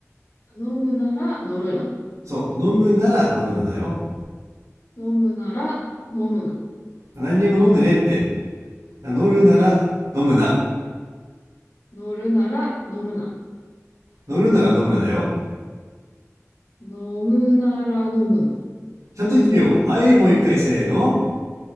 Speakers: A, on the left (about 80°); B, on the right (about 85°).
A: 飲むなら乗るな。
B: そう、飲むなら乗るなだよ。
A: 飲むなら飲むな。
B: 何にも飲んでねえって。乗るなら飲むな。
A: 乗るなら飲むな。
B: 乗るなら飲むなだよ。
A: 飲むなら飲むな。
B: ちゃんと言ってみよう。はい、もう一回せーの。